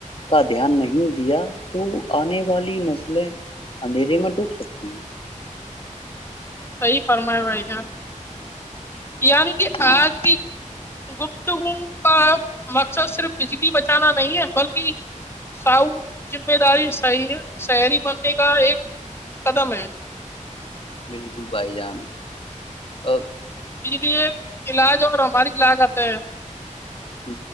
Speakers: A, on the left; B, on the left.
A: کا دھیان نہیں دیا تو آنے والی نسلیں اندھیرے میں ڈوب سکتی ہیں
B: سحی فرمائے بھائی جب یعنی کہ
A: ہاں
B: آج کی گپتگو کا مقصد صرف بجلی بچانا نہیں ہے بلکہ ساؤ ذمہ داری شہری بننے کا ایک قدم ہے
A: بالکل بھائی جان ا
B: اس لیے علاج اور ہماری لاگ کرتے ہیں
A: ہ